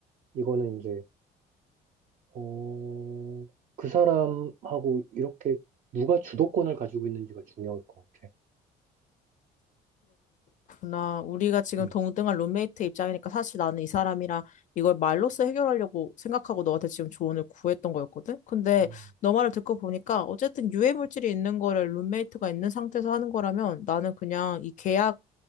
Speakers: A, on the right; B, on the left.
A: 이거는 이제 어, 그 사람하고 이렇게 누가 주도권을 가지고 있는지가 중요할 것 같아.
B: 그렇구나. 우리가 지금
A: 음.
B: 동등한 룸메이트 입장이니까 사실 나는 이 사람이랑 이걸 말로써 해결하려고 생각하고 너한테 지금 조언을 구했던 거였거든? 근데
A: 음.
B: 너 말을 듣고 보니까 어쨌든 유해 물질이 있는 거를 룸메이트가 있는 상태에서 하는 거라면 나는 그냥 이 계약,